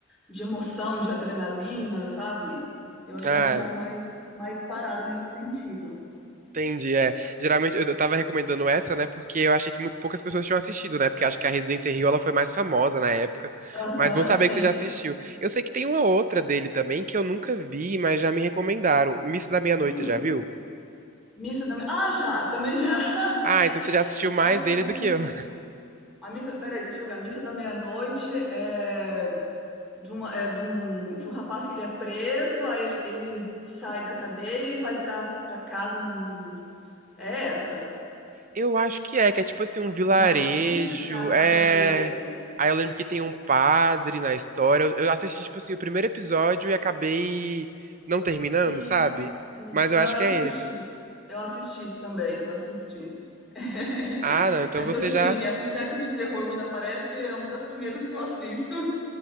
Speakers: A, in the centre; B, on the right.
A: de emoção, de adrenalina, sabe? Eu achei
B: Ah,
A: ela um pouco mais, mais parada nesse sentido.
B: Entendi, é. Geralmente eu eu tava recomendando essa, né? Porque eu achei que mu- poucas pessoas tinham assistido, né? Porque acho que a Residência Rio ela foi mais famosa na época.
A: Aham,
B: Mas bom saber
A: sim.
B: que você já assistiu. Eu sei que tem uma outra dele também que eu nunca vi, mas já me recomendaram. Missa da Meia-Noite,
A: Hum,
B: você já viu?
A: missa da. me- Ah, já, também já. <laughs>
B: Ah, então você já assistiu mais
A: É um,
B: dele
A: é um...
B: do que eu. <laughs>
A: A missa, peraí, deixa eu ver. A missa da meia-noite é. de, uma, é, de, um, de um rapaz que ele é preso, aí ele, ele sai da cadeia e vai para para casa num, é essa,
B: Eu acho que é, que é tipo assim, um vilarejo.
A: uma ilha que é a casa
B: É.
A: dele.
B: Aí eu lembro que tem um padre na história. Eu eu assisti, tipo assim, o primeiro episódio e acabei não terminando,
A: Isso,
B: sabe?
A: isso.
B: Mas eu
A: Não,
B: acho
A: eu
B: que
A: assisti.
B: é esse.
A: Eu assisti também, eu assisti. <laughs>
B: Ah, não, então
A: Essas
B: você
A: assim,
B: já.
A: essas séries de terror quando aparece é uma das primeiras que eu assisto.